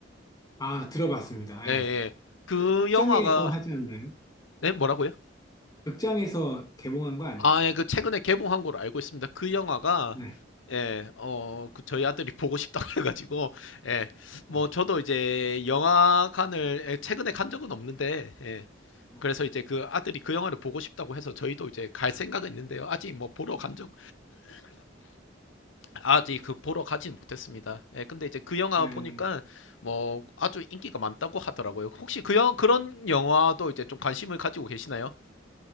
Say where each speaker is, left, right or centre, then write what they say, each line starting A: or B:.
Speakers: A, on the left; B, on the left.
A: 아, 들어봤습니다.
B: 예,
A: 예.
B: 예. 그
A: 극장에서
B: 영화가,
A: 하지 않나요?
B: 네, 뭐라고요?
A: 극장에서 개봉한 거 아닌가요?
B: 아, 예, 그 최근에 개봉한 걸로 알고 있습니다. 그 영화가
A: 네.
B: 예, 어, 그 저희 아들이 보고 싶다고 <laughs> 해가지고 예, 뭐
A: 네.
B: 저도 이제 영화관을 예, 최근에 간 적은 없는데 예,
A: 네.
B: 그래서 이제 그 아들이 그 영화를 보고 싶다고 해서 저희도 이제 갈 생각은 있는데요. 아직 뭐 보러 간 적, 아직 그 보러 가진 못했습니다. 예, 근데 이제 그 영화
A: 네.
B: 보니까 뭐 아주 인기가 많다고 하더라고요. 혹시 그 영, 그런 영화도 이제 좀 관심을 가지고 계시나요?